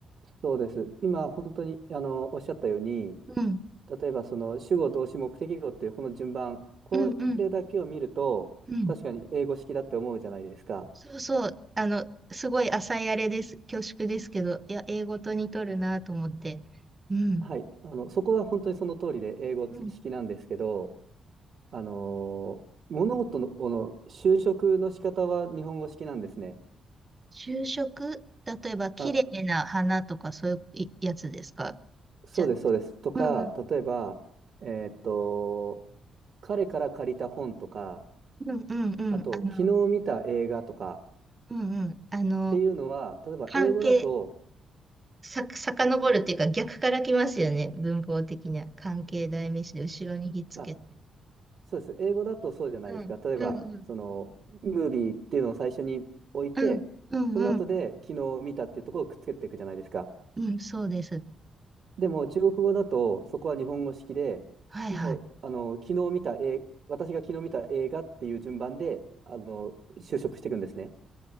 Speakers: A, on the right; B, on the right.
A: そうです。今、本当に、あの、おっしゃったように、
B: うん。
A: 例えば、その、主語、動詞、目的語っていうこの順番、これだけを見ると、
B: うんうんうん。
A: 確かに英語式だって思うじゃないですか。
B: そうそう。あの、すごい浅いあれです。恐縮ですけど、いや、英語と似とるなと思って。うん。
A: はい。あの、そこは本当にその通りで英語式なんですけど、
B: うん。
A: あの、物事の、この修飾の仕方は日本語式なんですね。
B: 就職、例えば、綺麗な花とかそういうやつですか
A: あ、そうです、
B: じゃあ、
A: そうです。とか、
B: うん
A: 例えば、えーっと、彼から借りた本とか、
B: うんうんうん。
A: あと、
B: あの、
A: 昨日見た映画とか、
B: うんうん。あの、
A: っていうのは、例えば英語だと、
B: 関係、さ、遡るっていうか逆から来ますよね。文法的には。関係代名詞で後ろにひっつけて。
A: あ、そうです。英語だとそうじゃないですか。
B: うんうんうん
A: 例えば、その、ムービーっていうのを最初に置いて、
B: うんうんうん。
A: その後で昨日見たっていうところをくっつけていくじゃないですか。
B: うんそうです。
A: でも、中国語だと、そこは日本語式で、
B: はいはい。
A: もう、あの、昨日見た映、私が昨日見た映画っていう順番で、あの、修飾していくんですね。